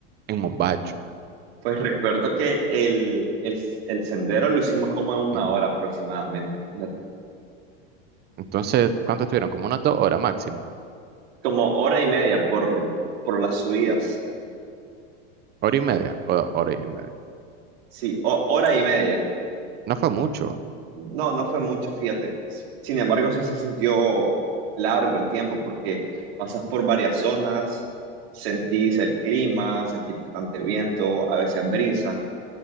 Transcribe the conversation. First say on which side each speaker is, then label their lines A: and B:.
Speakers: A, on the right (about 30°); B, on the right (about 75°).
A: en Mombacho?
B: Pues recuerdo que el, el, el sendero lo hicimos como en una
A: Ujú.
B: hora aproximadamente, fíjate,
A: Entonces, ¿cuánto estuvieron? Como unas dos horas máximo.
B: como hora y media por, por las subidas,
A: Hora y media, o- hora y media.
B: sí, ho- hora y media.
A: No fue mucho.
B: No, no fue mucho, fíjate. Sin embargo, sí se sintió largo el tiempo porque pasas por varias zonas, sentís el clima, sentís bastante viento, a veces brisa.